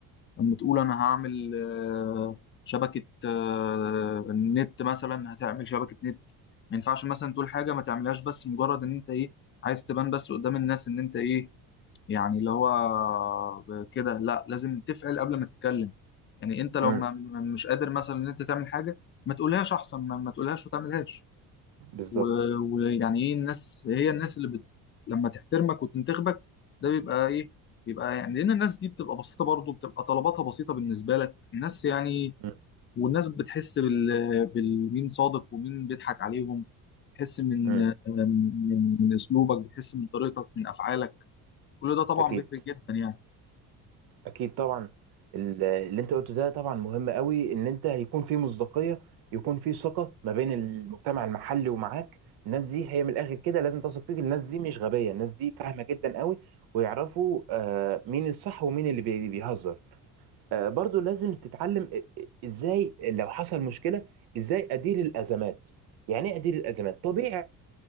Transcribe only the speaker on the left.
لما تقول انا هعمل آه شبكه آه النت مثلا هتعمل شبكه نت ما ينفعش مثلا تقول حاجه ما تعملهاش بس مجرد ان انت ايه عايز تبان بس قدام الناس ان انت ايه يعني اللي هو كده لا لازم تفعل قبل ما تتكلم يعني انت لو
ما ما- مش قادر مثلا ان انت تعمل حاجه ما تقولهاش احسن ما, ما تقولهاش وتعملهاش
و- ويعني ايه الناس هي الناس اللي بت... لما تحترمك وتنتخبك ده بيبقى ايه بيبقى يعني لان الناس دي بتبقى بسيطه برضه بتبقى طلباتها بسيطه بالنسبه لك الناس يعني
والناس بتحس بال... بالمين صادق ومين بيضحك عليهم بتحس من
من من اسلوبك بتحس من طريقتك من افعالك كل ده طبعا
بيفرق جدا يعني